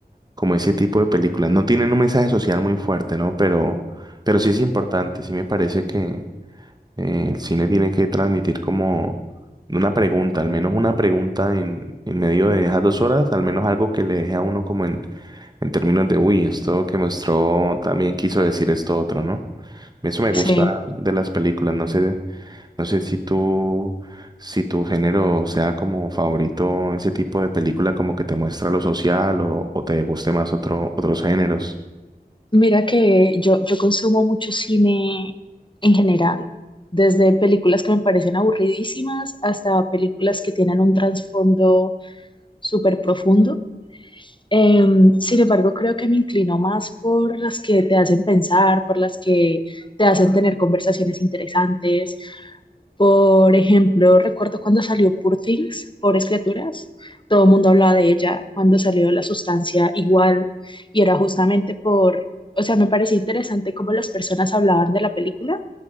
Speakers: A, on the right (about 25°); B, on the left (about 30°).
A: como ese tipo de películas. No tienen un mensaje social muy fuerte, ¿no? Pero, pero sí es importante, sí me parece que eh, el cine tiene que transmitir como una pregunta, al menos una pregunta en, en medio de esas dos horas, al menos algo que le deje a uno como en, en términos de, uy, esto que mostró también quiso decir esto otro, ¿no? Eso me
B: Sí,
A: gusta de las películas, no sé. No sé si tú, si tu género sea como favorito ese tipo de película como que te muestra lo social o, o te guste más otro, otros géneros.
B: mira que yo, yo consumo mucho cine en general, desde películas que me parecen aburridísimas hasta películas que tienen un trasfondo súper profundo. Em, sin embargo, creo que me inclino más por las que te hacen pensar, por las que te hacen tener conversaciones interesantes, Por ejemplo, recuerdo cuando salió Poor Things, Pobres Criaturas, todo el mundo hablaba de ella cuando salió La Sustancia igual, y era justamente por, o sea, me parecía interesante cómo las personas hablaban de la película,